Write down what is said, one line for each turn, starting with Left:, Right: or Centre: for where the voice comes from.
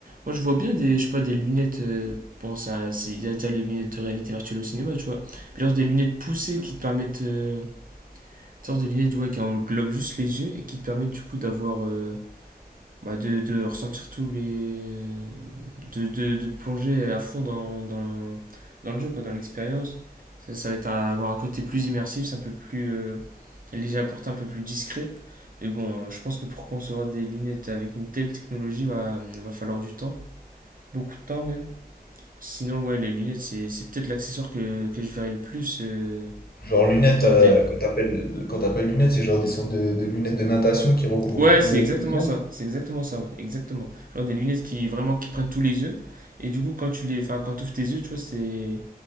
Right: Moi, je vois bien des, je sais pas, des lunettes. euh, bon, ça, c'est- il y a déjà les lunettes de réalité virtuelle au cinéma, tu vois. Mais genre des lunettes poussées qui te permettent. euh, une sorte de lunettes, ouais, qui englobent juste les yeux et qui te permettent, du coup, d'avoir. euh, bah, de, de ressentir tous les. de, de, de te plonger à fond dans, dans, dans le jeu, quoi, dans l'expérience. Ça, ça va être un- avoir un côté plus immersif, c'est un peu plus. euh, léger à porter, un peu plus discret. Mais bon, euh, je pense que pour concevoir des lunettes avec une telle technologie, va, va falloir du temps, beaucoup de temps même. Sinon, ouais, les lunettes, c'est c'est peut-être l'accessoire que, que je verrai le plus euh,
Left: Genre lunettes,
Right: dans
Left: euh,
Right: des,
Left: quand t'appelles, quand t'appelles lunettes, c'est genre des sortes de, de lunettes de natation qui recouvrent
Right: Ouais,
Left: tous les,
Right: c'est exactement
Left: tous les yeux.
Right: ça. C'est exactement ça, ouais. Exactement. Genre des lunettes qui vraiment qui prennent tous les yeux. Et du coup, quand tu les, enfin, quand ouvres tes yeux, tu vois, c'est,